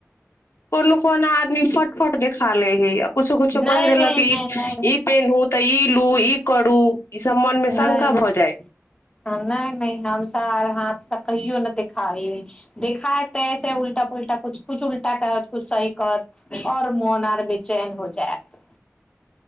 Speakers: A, on the left; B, on the left.
A: कोनो को आदी फट देखा लै है कछो कछो
B: नहि
A: क देलक
B: नहि नहि
A: पेन् तऽ ल ई करू ई सभ मन
B: नहि
A: शका
B: नहि
A: भऽइ
B: नहि नहि हमस आर हाथ तऽ कहियो न देखाइ देखखा तैसे उलटा पुलटा कुछ कुछ उल्टा क कु स कर आओर मोन आर बेचैन हो जायत